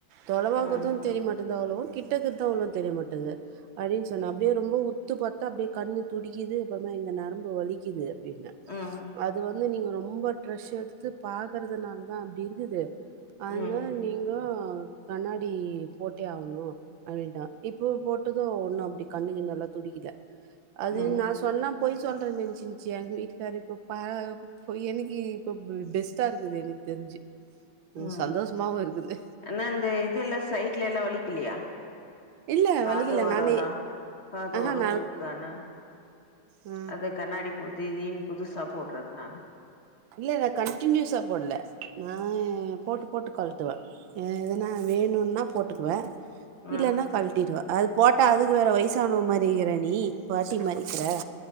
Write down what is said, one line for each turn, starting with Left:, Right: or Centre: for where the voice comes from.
Right: தொலவாக்குறது
Left: ம்
Right: தெரிய மாட்டேது அவ்வளவா கிட்டருக்குறதும் அவ்வளவா தெரிய மாட்டது அப்படின்னு சொன்ன அப்படியே ரொம்ப உத்து பாத்தா அப்டியே கண்ணு துடிக்குது எப்பவுமே எங்க நரம்பு வலிக்குது அப்படின்ன
Left: ம்
Right: அது வந்து நீங்க ரொம்ப ட்ரெஷ் எடுத்து பாக்குறதுனால தா அப்டி இருக்குது அதுனால
Left: ம்
Right: நீங்கோ கண்ணாடி போட்டே ஆகணு அப்படின்டா இப்போ போட்டது ஒண்ணு அப்டி கண்ணுக்கு நல்லா துடிக்கல அது
Left: ம்
Right: நா சொன்னா பொய் சொல்றே நினைச்சுச்சு எங்க வீட்டுக்காரு இப்ப எனக்கு இப்ப பெஸ் ட்டா இருக்குது எனக்கு தெரிஞ்சு உம்
Left: ம்
Right: சந்தோஷமாவும் இருக்குது
Left: ஆனா இந்த இதெல்லா சைட்ல எல்லா வலிக்கலியா
Right: இல்ல
Left: காது
Right: வலிக்கல
Left: ஓரலா
Right: நானே
Left: காது
Right: ஆஹா
Left: ஓர
Right: நான்
Left: மூக்கான
Right: ஆ,
Left: அத கண்ணாடி போதிதின் புதுசா போட்றதுனால
Right: இல்லல கண்டினியூஸா போட்ல நா போட்டு போட்டு கழ்ட்டுவ எதனா வேணுன்னா போட்டுக்குவ இல்லன்னா
Left: ம்
Right: கழ்ட்டிருவ அது போட்டா அதுக்கு வேற வயசானவ மாறிக்கிற நீ பாட்டி மாறிக்கிற